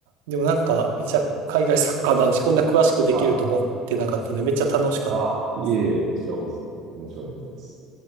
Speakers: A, on the right (about 75°); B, on the right (about 55°).
A: ー、でもなんか、めちゃ海外サッカーの話、
B: ええ
A: こんな詳しくできると思ってなかったんで、
B: はい。
A: めっちゃ楽しかったです。
B: あ、いえいえ、こちらこそ面白かったです。